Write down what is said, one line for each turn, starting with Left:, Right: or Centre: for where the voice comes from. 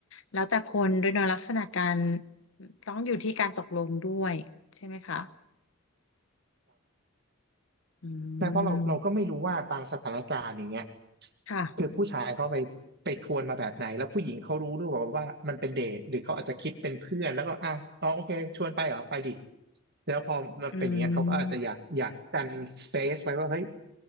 Left: แล้วแต่คนด้วยเนอะลักษณะการต้องอยู่ที่การตกลงด้วยใช่ไหมคะอื
Right: ใช่เพราะเราเราก็ไม่รู้ว่าบางสถานการณ์อย่างเงี้ย
Left: มค่ะ
Right: คือผู้ชายเขาไปไปชวนมาแบบไหนแล้วผู้หญิงเขารู้หรือเปล่าว่ามันเป็นเดทหรือเขาอาจจะคิดเป็นเพื่อนแล้วก็อ้าวอ๋อโอเคชวนไปเหรอไปดิแล้วพอมันเป็นอย่างเงี้ยเขาก็อาจจะอยากอยากกันสเปซไว้ว่าเฮ้ย
Left: อืม